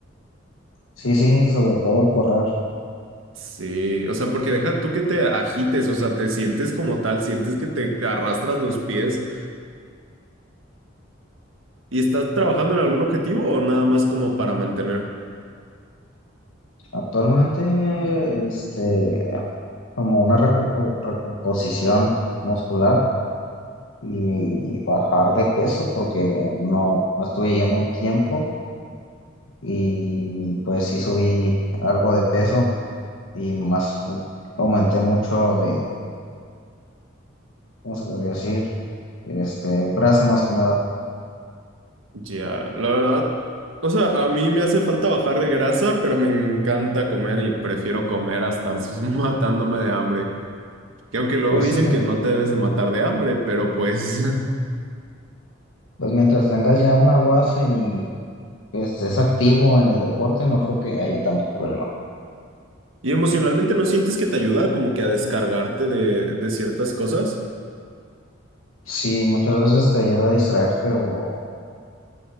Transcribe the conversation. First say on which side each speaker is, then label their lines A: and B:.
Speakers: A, on the left; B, on the right.
A: Sí, sí, sobre todo al correr.
B: Sí, o sea, porque deja tú que te agites, o sea, te sientes como tal, sientes que te arrastras los pies y estás trabajando en algún objetivo o nada más como para mantener.
A: Actualmente, este, como una recupo- recomposición muscular y bajar de peso porque no, no estuve yendo un tiempo y pues sí subí algo de peso y más aumenté mucho de, ¿cómo se podría decir? Este, grasa más que nada.
B: Ya, la verdad, o sea, a mí me hace falta bajar de grasa, pero me encanta comer y prefiero comer a estar sus- <laughs> matándome de hambre. Que aunque luego
A: Pues
B: dicen
A: sí,
B: que no te debes de matar de hambre, pero pues... <laughs>
A: pues mientras tengas ya una base y estés activo en el deporte, no creo que haya tanto problema.
B: ¿Y emocionalmente no sientes que te ayuda como que a descargarte de, de ciertas cosas?
A: Sí, muchas veces te ayuda a distraerte o,